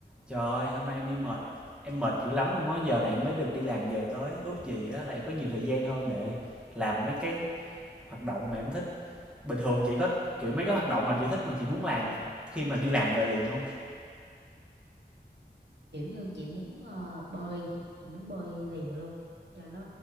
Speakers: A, in the centre; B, on the right.
A: Trời ơi, hôm nay em đi mệt, em mệt dữ lắm luôn á, giờ này em mới được đi làm về tới, ước gì á là em có nhiều thời gian hơn để làm mấy cái hoạt động mà em thích. Bình thường chị có kiểu mấy cái hoạt động nào chị thích mà chị muốn làm khi mà đi làm về liền không?
B: kiểu như chị muốn ờ, bơi chị muốn bơi liền luôn cho nó